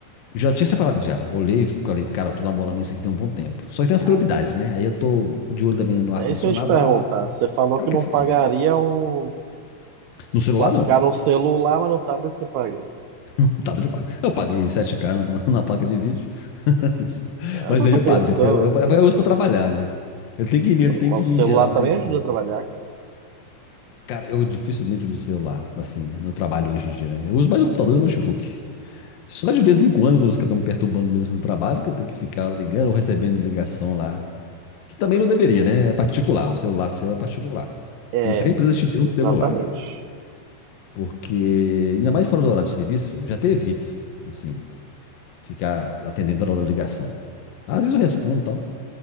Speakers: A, on the left (about 60°); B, on the right (about 70°).
A: já tinha separado já, olhei e falei, cara, eu tô namorando isso aqui tem um bom tempo. Só que
B: Uhum.
A: tem as prioridades, né? Aí eu tô de olho também no ar-condicionado
B: É isso que eu ia te perguntar.
A: lá,
B: Você falou
A: aquela
B: que
A: questão.
B: não pagaria um
A: No celular
B: 4K
A: não,
B: no celular, mas no tablet você paga.
A: um Tablet eu pago. Eu paguei sete k no- na placa de vídeo. <laughs>
B: É
A: Mas
B: o que eu
A: aí
B: tô
A: eu
B: pensando.
A: pago, né? Porque eu, eu, eu uso pra trabalhar, né? Ele tem que, me- ele
B: O
A: tem que
B: celular
A: me gerar
B: também
A: mais.
B: ajuda
A: renda.
B: a trabalhar, cara.
A: Cara, eu dificilmente uso o celular, assim, no trabalho hoje em dia, né? Eu uso mais o computador e o notebook. Só de vez em quando, quando os caras estão me perturbando mesmo no trabalho, que eu tenho que ficar ligando ou recebendo ligação lá. Que também não deveria, né? É particular. Um celular seu é particular.
B: É,
A: A não ser que a empresa te dê
B: exatamente.
A: um celular. Porque, ainda mais fora do horário de serviço, já até evito, assim. ficar atendendo toda hora a ligação. Às vezes eu respondo e tal,